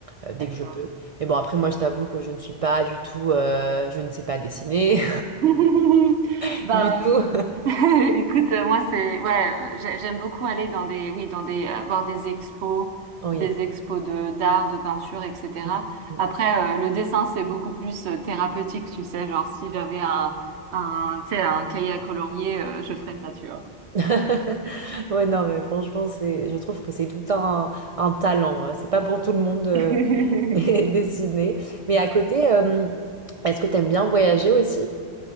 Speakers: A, on the right; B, on the right.
A: euh, dès
B: d'accord.
A: que je peux. Mais bon, après,
B: Ouais.
A: moi, je t'avoue que je ne suis pas du tout, euh, je ne sais pas dessiner
B: <laughs>
A: <laughs>
B: Bah,
A: du tout.
B: <laughs> écoute, euh, moi c'est ouais, euh, j'ai- j'aime beaucoup aller dans des oui dans des euh, voir des expos,
A: Oui.
B: des expos de d'art, de peinture, etc.
A: Mm, mm.
B: Après, euh, le dessin c'est beaucoup plus euh, thérapeutique, tu sais, genre si j'avais un un tu sais un cahier à colorier, euh, je ferais ça, tu vois.
A: <laughs> Ouais, non, mais franchement, c'est, je trouve que c'est tout un, un talent. euh, C'est pas pour tout le monde euh,
B: <laughs>
A: <laughs> de dessiner. Mais
B: Ouais.
A: à côté, euh, est-ce que t'aimes bien voyager aussi?